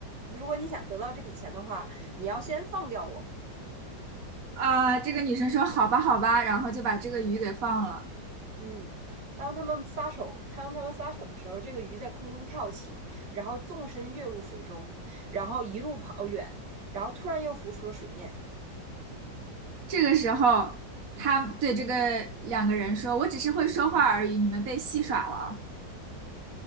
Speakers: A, on the right (about 70°); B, on the right (about 50°).
A: 如果你想得到这笔钱的话，你要先放掉我。”
B: 啊、这个女生说：“好吧，好吧。”然后就把这个鱼给放了。
A: 嗯，当他们撒手，当他们撒手的时候，这个鱼在空中跳起，然后纵身跃入水中，然后一路跑远，然后突然又浮出了水面。
B: 这个时候，他对这个两个人说：“我只是会说话而已，你们被戏耍了啊